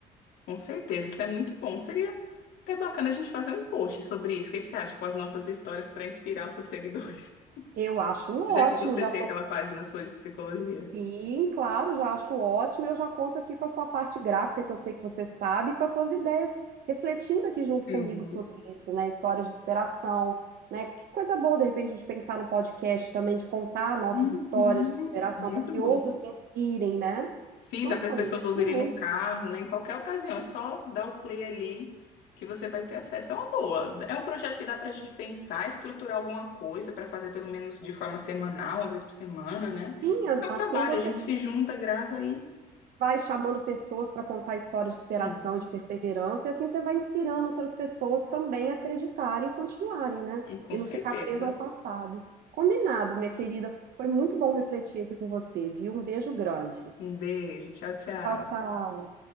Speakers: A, on the left; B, on the right.
A: Com certeza, isso é muito bom. Seria até bacana a gente fazer um post sobre isso. O que que você acha com as nossas histórias para inspirar os seus seguidores? <laughs>
B: Eu acho ótimo,
A: Já que você
B: já
A: tem
B: tô
A: aquela página sua de psicologia.
B: Sim, claro, já acho ótimo. Eu já conto aqui com a sua parte gráfica, que eu sei que você sabe, e com as suas ideias, refletindo aqui junto comigo
A: Sim.
B: sobre isso, né? Histórias de superação, né? Que coisa boa, de repente, a gente pensar no podcast também, de contar nossas
A: Uhum.
B: histórias de superação
A: Muito
B: para que
A: bom.
B: outros se inspirem, né?
A: Sim,
B: Nossa,
A: dá para as pessoas
B: amiga, excelente.
A: ouvirem no carro, né? Em qualquer ocasião. É só dar o play ali que você vai ter acesso. É uma boa. É um projeto que dá para a gente pensar, estruturar alguma coisa para fazer pelo menos de forma semanal, uma vez por semana, né?
B: Sim, as-
A: Dá
B: assim
A: trabalho,
B: você
A: a gente se junta, grava e.
B: vai chamando pessoas para contar histórias de superação,
A: Sim,
B: de perseverança, e assim você vai inspirando outras pessoas também a acreditarem, continuarem, né?
A: com
B: E
A: certeza.
B: não ficar preso ao passado. Combinado, minha querida. Foi muito bom refletir aqui com você, viu? Um beijo grande.
A: Um beijo, tchau, tchau.
B: Tchau, tchau.